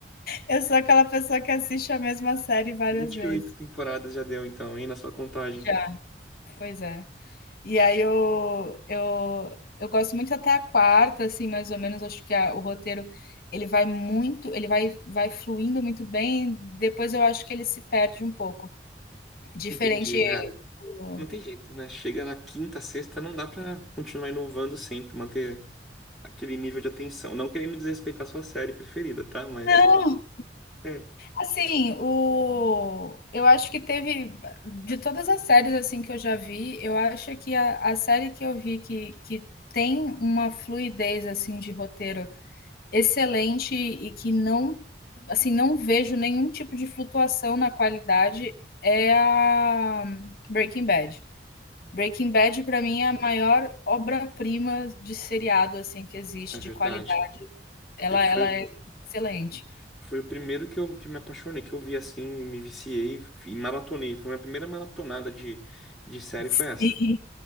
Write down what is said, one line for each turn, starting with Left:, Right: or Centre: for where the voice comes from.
Left: eu sou aquela pessoa que assiste a mesma série várias
Centre: vinte
Left: vezes.
Centre: e oito temporadas já deu, então, hein, na sua contagem.
Left: Já, pois é. E aí eu eu eu gosto muito até a quarta, assim, mais ou menos, acho que a- o roteiro ele vai muito, ele vai vai fluindo muito bem, depois eu acho que ele se perde um pouco. Diferente
Centre: Entendi.
Left: do...
Centre: Não tem jeito, né? Chega na quinta, sexta, não dá pra continuar inovando sempre, manter aquele nível de atenção. Não querendo desrespeitar a sua série preferida, tá? Mas
Left: Não,
Centre: é,
Left: Assim, o eu acho que teve de todas as séries, assim, que eu já vi, eu acho que a a série que eu vi que que tem uma fluidez, assim, de roteiro excelente e que não assim, não vejo nenhum tipo de flutuação na qualidade, é a Breaking Bad. Breaking Bad, para mim, é a maior obra-prima de seriado, assim, que existe
Centre: é verdade.
Left: de qualidade. Ela
Centre: Eu, foi,
Left: ela é excelente.
Centre: foi o primeiro que eu que me apaixonei, que eu vi assim, e me viciei e maratonei. Foi a minha primeira maratonada de, de série,
Left: Sim.
Centre: foi essa.